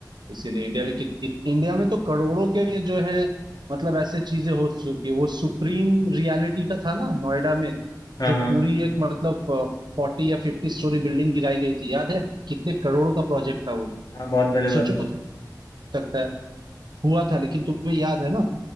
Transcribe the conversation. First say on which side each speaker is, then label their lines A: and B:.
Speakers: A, on the right; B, on the left.
A: इसीलिए इंडिया में कित इत- इंडिया में तो करोड़ों के जो है मतलब ऐसे चीजें हो चुकी है वो सुप्रीम रियलिटी का था ना नोएडा में
B: हाँ
A: जो
B: हाँ
A: पूरी एक मतलब फोर्टी या फिफ्टी स्टोरी बिल्डिंग गिराई गई थी याद है कितने करोड़ों का प्रोजेक्ट था वो
B: हाँ बहुत पहले बात
A: सोचो
B: है
A: हो सकता है हुआ था लेकिन तुम्हें याद है ना